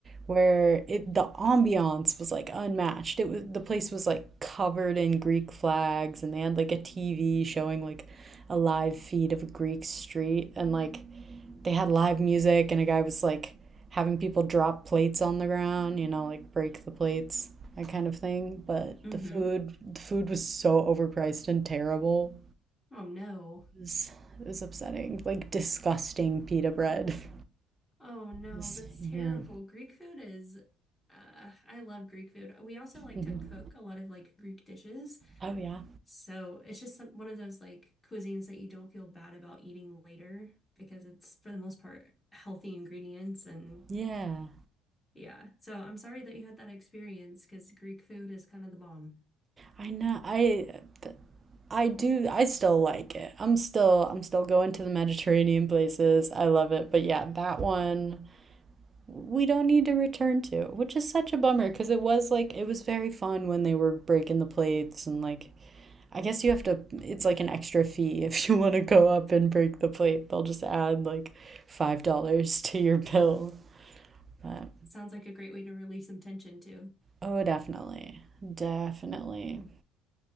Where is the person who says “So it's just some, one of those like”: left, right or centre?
Left